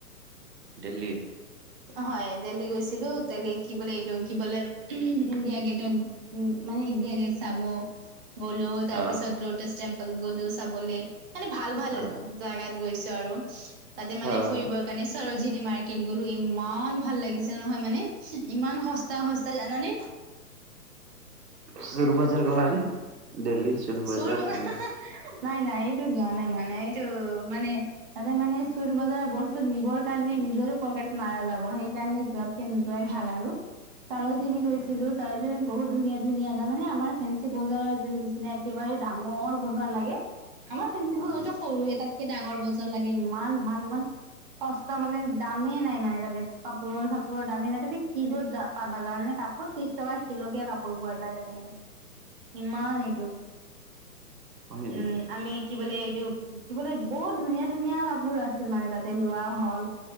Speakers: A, on the right; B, on the right.
A: দিল্লী?
B: হয়, দিল্লী গৈছিলোঁ, দেলি কি বোলে এইটো, কি বোলে ইণ্ডিয়া গেটতক, মানে ইণ্ডিয়া গেট চাব গ'লো,
A: আহ
B: তাৰ পিছত লটাছ টেম্পল গ'লো চাবলে। মানে ভাল, ভাল
A: আহ
B: জাগাত গৈছোঁ আৰু তাতে মানে
A: আহ
B: ফুৰিবৰ কাৰণে চৰো জিনিমাইক <unintelligible> গ'লো, ইমান ভাল লাগিছে নহয়, মানে ইমান সস্তা, সস্তা জানানে?
A: চুৰ বজাৰ গ'লা নে দিল্লী? চোৰ বজাৰ
B: চুৰ ব
A: ফেমাচ
B: নাই, নাই এইটো যোৱা নাই মানে, এইটো মানে তাতে মানে চুৰ বজাৰৰ বস্তু নিবৰ কাৰণে নিজৰো পকেট মাৰা যাব। সেইকাৰণে যোৱাতকে নোযোৱাই ভাল আৰু। সৰোজনী গৈছিলো
A: হয়
B: সৰোজনীত বহুত ধুনীয়া, ধুনীয়া জানেনে আমাৰ ফেঞ্চি বজাৰৰ নিচিনা ইমানে ডাঙৰ বজাৰ লাগে। আমাৰ ফেন্ঞ্চিবজাৰটো
A: আহ,
B: সৰু এটাত কি ডাঙৰ বজাৰ লাগে। ইমান ভাল, ইমান সস্তা মানে দামেই নাই মানে তাতে, কাপোৰৰ চাপোৰৰ দামেই নাই, তাতে কিলোত যাপ পাবা জানানে, কাপোৰ ত্ৰিশ টকা কিলোকে কাপোৰ পোৱা যায় তাতে মানে ইমান এইটো
A: হয় নেকি?
B: উম আমি কি বোলে এইটো কি বোলে বহুত ধুনীয়া ধুনীয়া কাপোৰ আছিল মানে তাতে লোৱা হ'ল